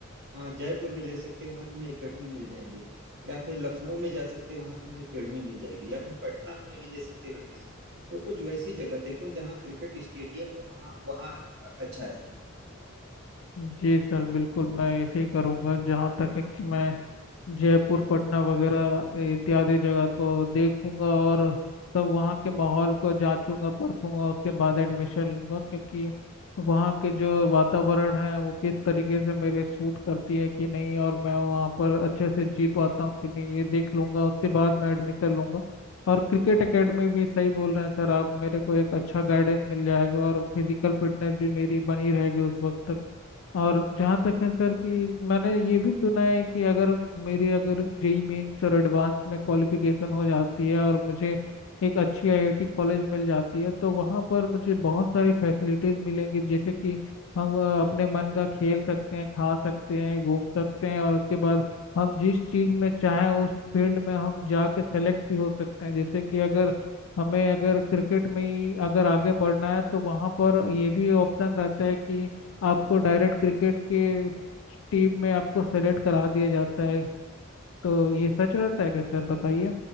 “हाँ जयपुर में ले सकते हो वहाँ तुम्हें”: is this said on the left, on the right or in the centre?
Right